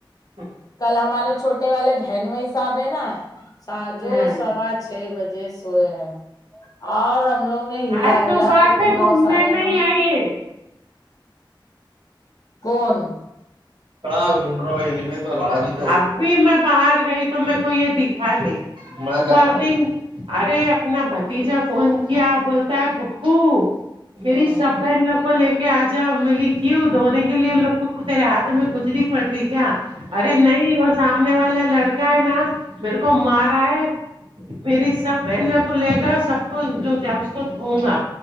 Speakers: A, on the right; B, on the left.
A: اچ
B: کل ہمارے چھوٹے والے بہنوئی صاحب ہیں نا سا جو
A: ہیں
B: سوا چھ بجے سوئے ہیں اور ہم لوگ نے ہلا
A: آج صبح
B: ہلا کہ
A: سے
B: تو
A: گھومنے
B: نو ساڑے
A: میں
B: نو
A: ہی آئی ہے
B: کون
A: کہاں گھوم رہا ہو ں یہی پہ تھا باہر تھا اب بھی میں باہر گئی تو میکو یہ دکھا نہیں <unintelligible> ارے اپنا بھتیجا فون کیا بولتا ہے پھوپو میری
B: ہوں
A: سب بہن لوگ کو لے کے آ جاؤ میں بولی کیوں دھونے کے لیے ان لوگ کو تیرے ہاتھ میں کھجلی پڑ رہی کیا ارے نہیں وہ سامنے والا لڑکا ہے نا میرے کومارا ہے میری سب بہن لوگ کو لےگئے اور سب لوگ جاؤ اس کو دھوؤں گا